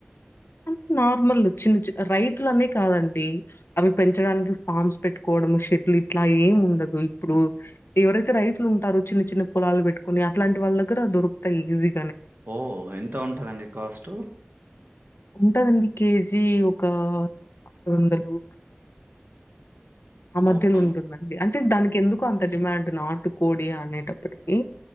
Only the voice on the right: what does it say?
ఓ ఎంత ఉంటదండి కాస్ట్
ఓహ్!